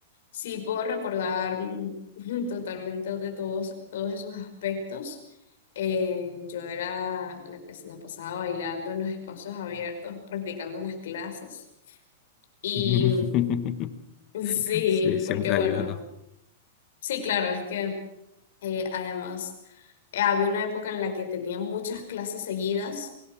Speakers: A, on the left; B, on the left.
A: Sí, puedo recordar mm, <laughs> totalmente de todos, todos esos aspectos. Eh, yo era la que se la pasaba bailando en los espacios abiertos, practicando las clases. Y
B: <laughs>
A: mm, <laughs> sí,
B: Sí, siempre
A: porque bueno,
B: hay uno.
A: sí, claro, es que eh, además eh, había una época en la que tenía muchas clases seguidas,